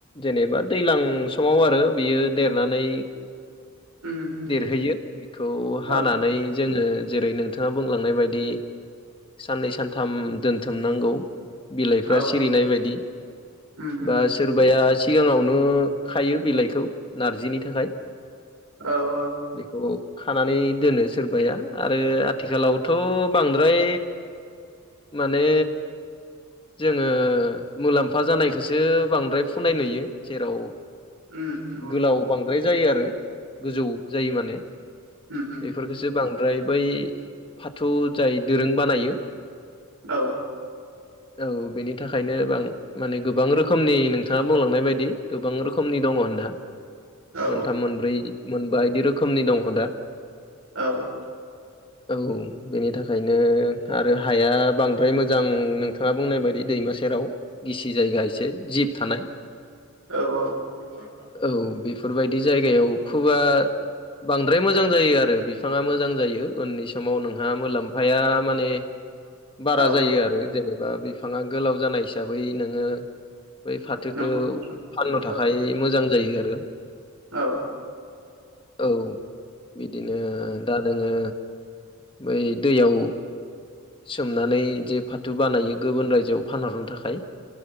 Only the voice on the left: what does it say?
जेनेबा दैज्लां समाव आरो बियो देरनानै
देरहैयो बेखौ
हानानै जोङो जेरै नों थाङा बुंलांनाय बायदि साननै सानथाम दोनथुमनांगौ बिलाइफ्रा
सिरिनाय बायदि
बा सोरबाया सिगाङावनो खायो बिलाइखौ नारजिनि थाखाय
बेखौ खानानै दोनो सोरबाया आरो आथिखालावथ' बांद्राय माने जोङो मुलाम्फा जानायखौसो बांद्राय फुनाय नुयो जेराव
गोलाव
बांद्राय जायो आरो गोजौ जायो माने
बेफोरखौसो सो बांद्राय बै फाथौ जाय दोरों बानायो
औ बेनि थाखायनो बां माने गोबां रोखोमनि नोंथाङा बुंलांनाय बायदि गोबां रो रोखोमनि दङ होनना
मोनथाम मोनब्रै मोनबा बिदि रोखोमनि दङ दा
औ बेनि था खायनो आरो हाया बांद्राय मोजां नोंथाङा बुंनाय बायदि दैमा सेराव गिसि जायगा एसे जिब थानाय
औ बेफोरबायदि जायगायाव फोबा बांद्राय मोजां जायो आरो बिफाङा मोजां जायो उननि समाव नोंहा मुलाम्फाया माने
बारा
जायो आरो जेनेबा बे बिफाङा गोलाव जानाय हिसाबै नोङो बै फाथोखौ
फाननो थाखाय
मोजां जायो
औ बिदिनो दा नोङो बै दैयाव सोमनानै जे फाथो बानायो गुबुन रायजोआव फानहरनो थाखाय